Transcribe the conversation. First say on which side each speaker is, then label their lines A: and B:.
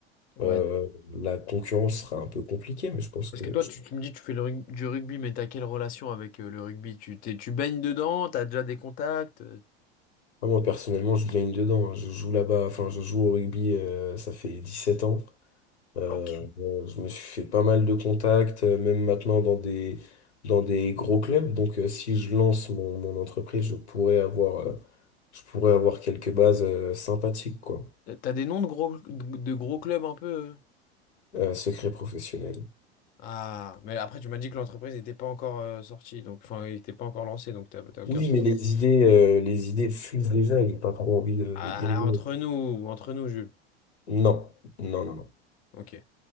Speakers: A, on the left; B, on the left.
A: Ouais.
B: Euh, la concurrence sera un peu compliquée, mais je pense
A: Parce
B: que
A: que toi,
B: je-
A: tu, tu me dis, tu fais le rug- du rugby, mais t'as quelle relation avec euh, le rugby? Tu, t'es- tu baignes dedans, t'as déjà des contacts,
B: moi, moi, personnellement, je baigne dedans. hein. Je joue là-bas, enfin, je joue au rugby, euh, ça fait dix sept ans. Euh,
A: Ok.
B: euh, je me suis fait pas mal de contacts, euh, même maintenant dans des, dans des gros clubs. Donc, euh, si je lance mon, mon entreprise, je pourrais avoir, euh, je pourrais avoir quelques bases, euh, sympathiques, quoi.
A: Euh, T'as des noms de gros, de gros clubs un peu. euh
B: Euh, secret professionnel.
A: Ah, mais après, tu m'as dit que l'entreprise n'était pas encore euh, sortie, donc enfin, il n'était pas encore lancé, donc t'as t'as aucun.
B: Oui,
A: sou-
B: mais les idées, euh, les idées fusent déjà et j'ai pas trop envie de,
A: Ah,
B: de griller.
A: entre nous, entre nous, Jules.
B: Non, non, non, non,
A: Ok.